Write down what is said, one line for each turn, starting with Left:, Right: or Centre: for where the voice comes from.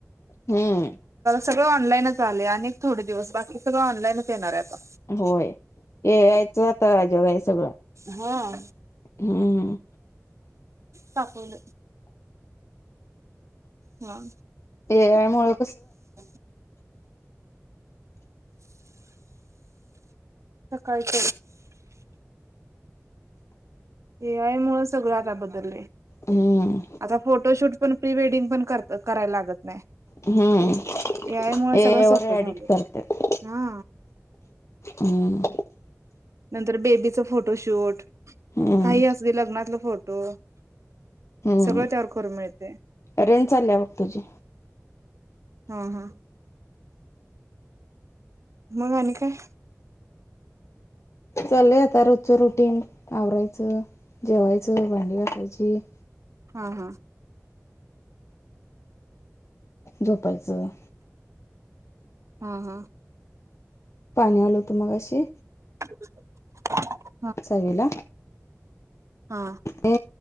Left: हम्म.
Right: सगळ ऑनलाईनच आलय आणि थोडे दिवस बाकी सगळं ऑनलाईनच येणार आहे आता.
Left: होय ए. आय. च आता जग हे सगळं.
Right: हा
Left: हम्म
Right: काकून. हा.
Left: ए आय मूळ
Right: <inaudible> सकाळच. ए आय मुळं सगळं आता बदललय.
Left: हम्म
Right: आता फोटोशूट पण प्री-वेडिंग पण करायला लागत नाही.
Left: हम्म
Right: ए आय मुळ
Left: ए
Right: सगळं
Left: आई
Right: सोपं
Left: वर एडिट
Right: झालं
Left: करत्यात.
Right: हा
Left: हम्म.
Right: नंतर बेबीचं फोटोशूट
Left: हम्म
Right: काही असुदेत लग्नातलं फोटो -
Left: हम्म
Right: सगळं त्यावर करून मिळते.
Left: रेंज चालल्या बघ तुझी
Right: हां -हां मग आणि काय?
Left: चाललय आता रोजचं रुटीन आवरायचं जेवायचं - च भांडी घासायची -
Right: हां-हां.
Left: झोपलचं -
Right: हां -हां.
Left: पाणी आल होत मगाशी
Right: <inaudible>
Left: चावीला
Right: हा.
Left: ये